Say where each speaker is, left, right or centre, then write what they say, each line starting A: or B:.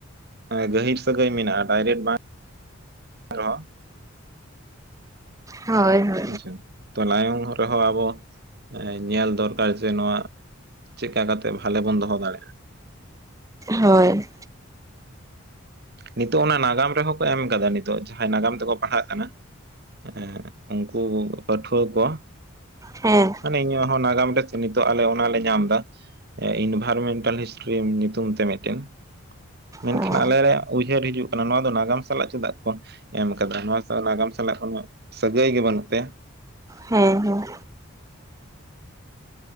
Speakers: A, on the right; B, on the right.
A: ᱦᱮᱸ ᱜᱟᱹᱦᱤᱨ ᱥᱟᱹᱜᱟᱹᱭ ᱢᱮᱱᱟᱜ-ᱟ ᱰᱟᱭᱨᱮᱠᱴ ᱵᱟᱝ ᱵᱟᱝ ᱨᱮᱦᱚᱸᱼᱼ
B: ᱦᱳᱭ ᱦᱳᱭ
A: ᱟᱪᱪᱷᱟ ᱛᱚ ᱞᱟᱭᱚᱝ ᱨᱮᱦᱚᱸ ᱟᱵᱚ ᱧᱮᱞ ᱫᱚᱨᱠᱟᱨ ᱡᱮ ᱱᱚᱣᱟ ᱪᱮᱫᱠᱟ ᱠᱟᱛᱮ ᱵᱷᱟᱞᱮ ᱵᱚᱱ ᱫᱚᱦᱚ ᱫᱟᱲᱮᱭᱟᱜ-ᱟ᱾
B: ᱦᱳᱭ
A: ᱱᱤᱛᱚᱜ ᱚᱱᱟ ᱱᱟᱜᱟᱢ ᱨᱮᱦᱚᱸ ᱠᱚ ᱮᱢ ᱠᱟᱫᱟ ᱱᱤᱛᱚᱜ ᱡᱟᱦᱟᱸᱭ ᱱᱟᱜᱟᱢ ᱛᱮᱠᱚ ᱯᱟᱲᱦᱟᱜ ᱠᱟᱱᱟ᱾ ᱮᱸᱜ ᱩᱱᱠᱩ ᱯᱟᱹᱴᱷᱣᱟᱹ ᱠᱚ᱾
B: ᱦᱮᱸ
A: ᱢᱟᱱᱮ ᱤᱧᱟᱹᱜ ᱦᱚᱸ ᱱᱟᱜᱟᱢ ᱨᱮ ᱥᱮ ᱱᱤᱛᱚᱜ ᱟᱞᱮ ᱚᱱᱟᱞᱮ ᱧᱟᱢ ᱫᱟ᱾ ᱤᱸᱜ ᱤᱱᱵᱷᱟᱨᱢᱮᱱᱴᱟᱞ ᱦᱤᱥᱴᱨᱤ ᱧᱩᱛᱩᱢ ᱛᱮ ᱢᱤᱫᱴᱮᱱ ᱢᱮᱱᱠᱷᱟᱱ
B: ᱦᱮᱸ
A: ᱟᱞᱮᱞᱮ ᱩᱭᱦᱟᱹᱨ ᱦᱤᱡᱩᱜ ᱠᱟᱱᱟ ᱱᱚᱣᱟ ᱫᱚ ᱱᱟᱜᱟᱢ ᱥᱟᱞᱟᱜ ᱪᱮᱫᱟᱜ ᱠᱚ ᱮᱢ ᱟᱠᱟᱫᱟ ᱱᱚᱣᱟ ᱥᱟᱞᱟ ᱱᱟᱜᱟᱢ ᱥᱟᱞᱟᱜ ᱠᱷᱚᱱ ᱦᱚᱸᱼᱼ ᱥᱟᱹᱜᱟᱹᱭ ᱜᱮ ᱵᱟᱹᱱᱩᱜ ᱛᱟᱭᱟ᱾
B: ᱦᱮᱸ ᱦᱮᱸ